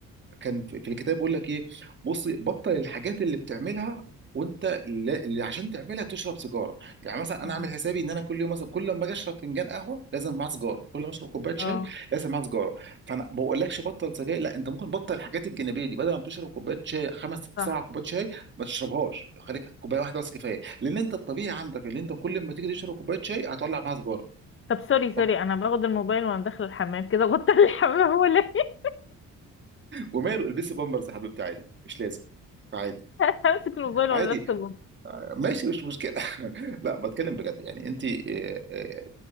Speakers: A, on the right (about 40°); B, on the left (about 45°).
A: كان في في الكتاب بيقول لك ايه بصي بطل الحاجات اللي بتعملها وانت اللي اللي عشان تعملها تشرب سيجاره يعني مثلا انا
B: مم.
A: عامل حسابي ان انا كل يوم مثلا كل ما اجي اشرب فنجان قهوه لازم معاه سيجاره كل ما اشرب كوبايه شاي
B: اه
A: لازم معاه سيجاره فانا ما بقولكش بطل سجاير لا انت ممكن بطل الحاجات الجانبيه دي بدل ما تشرب كوبايه شاي خمس ست
B: صح
A: سبع كوبايات شاي ما تشربهاش خليك كوبايه واحده بس كفايه لان انت الطبيعي عندك ان انت كل ما تيجي تشرب كوبايه شاي هتولع معاها سيجاره
B: طب سوري
A: صح
B: سوري انا باخد الموبايل وانا داخلة الحمام كده بطل الحمام ولا إيه؟
A: وماله البسي بامبرز يا حبيبتي عادي مش لازم عادي
B: <laughs> امسك الموبايل
A: عادي
B: وانا لابسة
A: ماشي مش مشكله <laughs> لا بتكلم بجد يعني انت آه، آه،